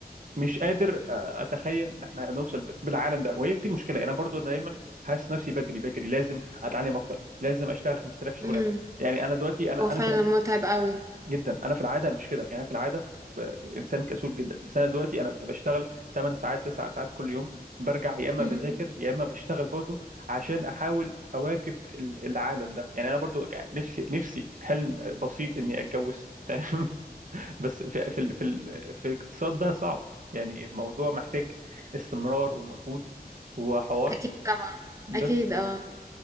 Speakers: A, on the right (about 55°); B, on the right (about 20°).
A: مش قادر آه، اتخيل ان احنا هنوصل ب- بالعالم ده وهي دي المشكله انا برضو انا دايما حاسس نفسي بجري بجري لازم اتعلم اكتر لازم اشتغل 5000 شغلانه
B: امم
A: يعني انا دلوقتي انا
B: هو فعلا
A: انا في الع-
B: متعب قوي
A: جدا انا في العاده مش كده يعني أنا في العاده ب- انسان كسول جدا بس انا دلوقتي انا بشتغل 8 ساعات 9 ساعات كل يوم برجع يا اما
B: امم
A: بذاكر يا اما بشتغل برضو عشان احاول اواكب ال- العالم ده يعني انا برضو يعني نفسي نفسي حلم بسيط اني اتجوز <laughs> تمام بس في في ال- في ال- في الاقتصاد ده صعب يعني موضوع محتاج استمرار ومجهود وحوار
B: اكيد طبعا
A: بس
B: اكيد اه